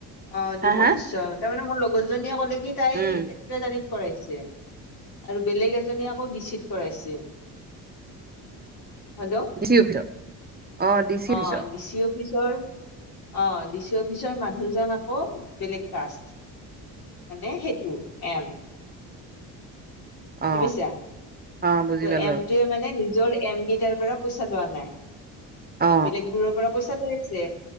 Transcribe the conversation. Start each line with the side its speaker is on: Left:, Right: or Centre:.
Left: অ' দিব
Right: হা হা
Left: নিশ্চয় তাৰমানে মোৰ লগৰজনীয়ে ক'লে কি তাই
Right: উম
Left: এক্টেজানিত কৰাইছে। আৰু বেলেগ এজনীয়ে আকৌ ডিচিত কৰাইছে। হেল্ল'।
Right: ডি চি অফিচত অ ডি চি
Left: অ'
Right: অফিচত
Left: ডিচি অফিচ চৰ, অ' ডিচি অফিচৰ মানুহজন আকৌ বেলেগ কাষ্ট। মানে সেইটো এম।
Right: অ
Left: দিবিছা
Right: অ বুজি
Left: ত'
Right: পালো
Left: এমটোয়ে মানে নি জৰ এম গিটাৰ পৰা পইচা লোৱা নাই।
Right: অ
Left: বেলেগবোৰৰ পৰা পইচা লৈ আছে।